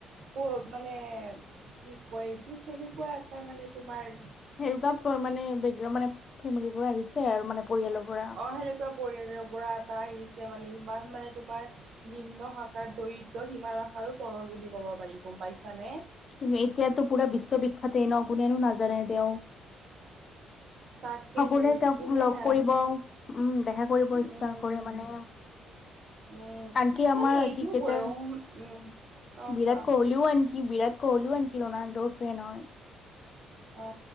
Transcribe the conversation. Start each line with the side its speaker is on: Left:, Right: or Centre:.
Right: ক মানে কি কয় এইটো, সেনেকুৱা এটা মানে তোমাৰ
Left: সেনেকোৱা প মানে, বেগ মানে ফেমিলিবোৰ আহিছে আৰু মানে। পৰিয়ালৰ
Right: অ',
Left: পৰা
Right: সেনেকুৱা পৰিয়ালৰ পৰা এটা আহিছে মানে ইমান মানে তোমাৰ নিম্ন শাখাৰ, দৰিদ্ৰ সীমা ৰেখাৰো তলৰ বুলি ক'ব পাৰি গম পাইছানে?
Left: কিন্তু এতিয়াতো পুৰা বিশ্ববিখ্যতে ন' কোনেনো নাজানে তেওঁক।
Right: তাকেতো
Left: সকলোৱে তেওঁক
Right: কোনে
Left: লগ
Right: না
Left: কৰিব উম, দেখা কৰিব
Right: উম
Left: ইচ্ছা কৰে মানে।
Right: উম
Left: আনকি আমাৰ
Right: মানে এইটো
Left: ক্ৰিকেটাৰ
Right: বয়স উম অ
Left: বিৰাট
Right: কোৱা
Left: কোহলিও আনকি বিৰাট কোহলিও আনকি ৰনাল্ডো ফেন হয়।
Right: অ